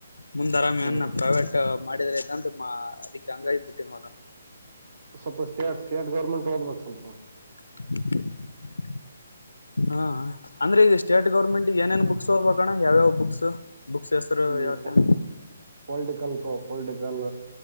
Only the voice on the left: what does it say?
ಮುಂದ್ ಆರಾಮ್
ಏನ್ ಪ್ರೈವೇಟ್ ಮಾಡಿದ್ರೆ ಅಂತ ಅದಕ್ಕೆ ಹಂಗಾಗಿ ಬಿಟ್ಟಿನ ನೋಡ ಅಣ್ಣ
<inaudible> ಹಾ ಅಂದ್ರೆ ಈಗ ಸ್ಟೇಟ್ ಗೌರ್ಮೆಂಟ್ ಏನೇನ್ ಬುಕ್ಸ್ ಓದ್ಬೇಕಣ್ಣ ಯಾವ್ಯಾವ್ ಬುಕ್ಸ್ ಬುಕ್ಸ್ ಹೆಸ್ರು
ಹೇಳ್ತಿಯ